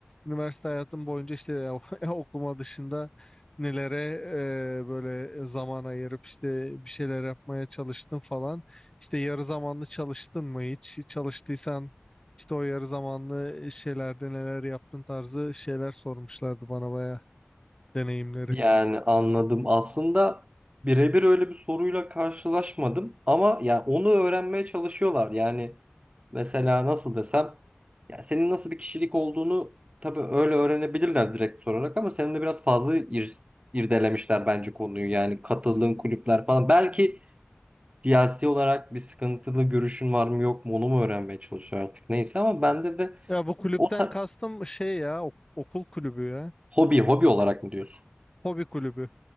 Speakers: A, on the left (about 20°); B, on the right (about 30°).
A: üniversite hayatın boyunca işte ya- <laughs> okuma dışında nelere e, böyle zaman ayırıp işte bir şeyler yapmaya çalıştın falan. işte yarı zamanlı çalıştın mı hiç? Çalıştıysan işte o yarı zamanlı şeylerde neler yaptın tarzı şeyler sormuşlardı bana bayağı deneyimleri.
B: Yani anladım. Aslında birebir öyle bir soruyla karşılaşmadım ama yani onu öğrenmeye çalışıyorlar. Yani mesela nasıl desem ya senin nasıl bir kişilik olduğunu tabii öyle öğrenebilirler direkt sorarak ama senin de biraz fazla ir- irdelemişler bence konuyu. Yani katıldığın kulüpler falan. Belki siyasi olarak bir sıkıntılı görüşün var mı yok mu onu mu öğrenmeye çalışıyor artık neyse ama bende de
A: Ya bu kulüpten
B: o ta-
A: kastım şey ya ok- okul kulübü ya.
B: hobi hobi olarak mı diyorsun?
A: Hobi kulübü.